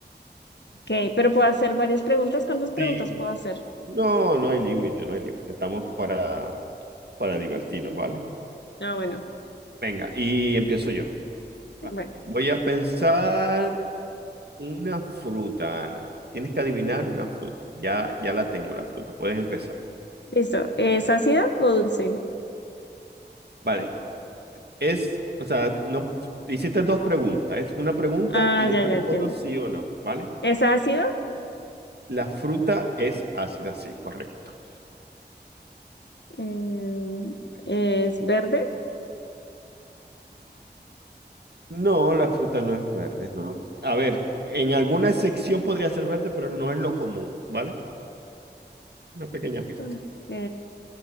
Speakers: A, on the left; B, on the right.
A: Ok, pero puedo hacer varias preguntas. ¿Cuántas preguntas
B: Sí.
A: puedo hacer?
B: No, no hay límite, no hay límite. Estamos para, para divertirnos, ¿vale?
A: Ah, bueno,
B: Venga, y empiezo yo.
A: bueno,
B: Vale. Voy a pensar una fruta, Ana. Tienes que adivinar una fruta. Ya, ya la tengo, la fruta. Puedes empezar.
A: listo. ¿Es ácida o dulce?
B: Vale. Es, o sea, no hiciste dos preguntas. Es una pregunta
A: Ah,
B: y yo
A: ya,
B: te
A: ya
B: respondo
A: entiendo.
B: sí o no, ¿vale?
A: ¿Es ácida?
B: La fruta es ácida, sí, correcto.
A: Em, ¿es verde?
B: No, la fruta no es verde, no. A ver, en alguna sección podría ser verde, pero no es lo común, ¿vale? Una pequeña pista.
A: Ok.